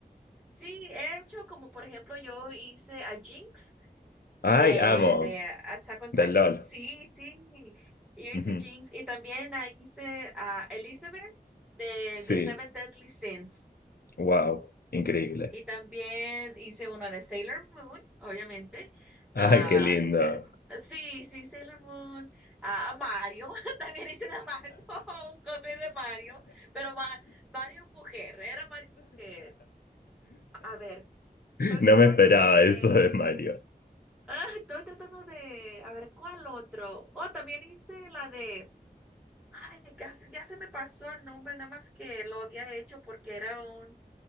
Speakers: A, in the centre; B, on the left.
A: Sí, he hecho como por ejemplo yo hice a Jinx de,
B: Ay, amo,
A: de Attack on
B: del
A: Titan,
B: LOL.
A: sí, sí, yo hice
B: Ujú.
A: Jinx y también ah, hice a Elizabeth de,
B: Sí,
A: de Seven Deadly Sins.
B: Wow, increíble.
A: Y también hice una de Sailor Moon, obviamente.
B: Ay,
A: Ah,
B: qué lindo.
A: eh, sí, sí, Sailor Moon. Ah, a Mario, <laughs> también hice de Mario, <laughs> un cosplay de Mario, pero Ma- Mario mujer, era Mario mujer. A ver, estoy
B: No
A: tratando
B: me esperaba
A: de...
B: eso de Mario.
A: Ah, estoy tratando de... A ver, ¿cuál otro? Oh, también hice la de... Ay, casi ya se me pasó el nombre, nada más que lo había hecho porque era un